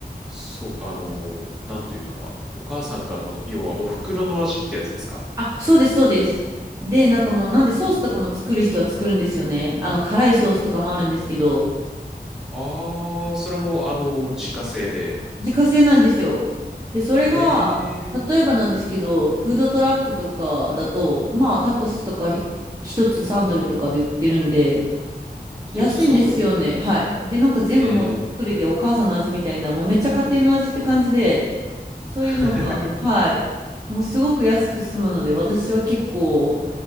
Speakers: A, in the centre; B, on the right.
A: そうか、あのーなんというか、お母さんからの、要はお袋の味ってやつですか
B: あ、そうです、そうです。で、なんかもう、
A: え
B: なんでソースとかも作る人は作るんですよね。あの、辛いソースとかもあるんですけど、
A: ああー、それも、あのー自家製で。
B: 自家製なんですよ。で、それが、
A: ええー、
B: 例えばなんですけど、フードトラックとかだと、まあ、タコスとかひ一つ3ドルとかで売ってるんで、
A: 一つ3ドル。
B: 安いんですよね。はい。で、なんか全部もう手作りでお母さんの味みたいな、
A: えー、
B: もうめっちゃ家庭の味って感じで、そういうのが、
A: <laughs>
B: はい。もうすごく安く済むので、私は結構、